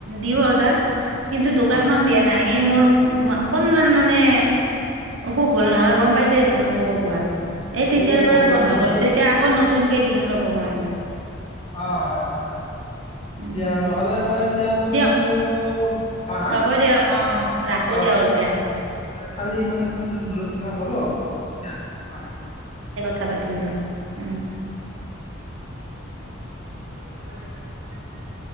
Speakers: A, on the right (about 75°); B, on the left (about 30°).
A: দিওঁ অৰ্ডাৰ কিন্তু দোকানখন
B: অ
A: দিয়া নাই এই মোৰ উ, অকনমান মানে অসুখ হ'ল নহয় গম পাইছেচোন মোৰ অসুখ হোৱা, এই তেতিয়াৰ
B: অ' প্ৰব্লেম
A: পৰা বন্ধ
B: অ
A: কৰিছো এতিয়া আকৌ ন নতুনকৈ দিম ৰ'ব মই।
B: অ হয় হয় হয়।
A: উম,
B: দিয়া নহলে মই এতিয়া ফোনটো
A: দিয়ক
B: হা হা
A: হ'ব দিয়ক অ ৰাখো
B: অ,
A: দিয়ক এতিয়া
B: কালি মানে ফোন কৰিছিলো তোমাক হ'ব আঃ, আহ
A: থা পাতিম দিয়ক উম <inaudible>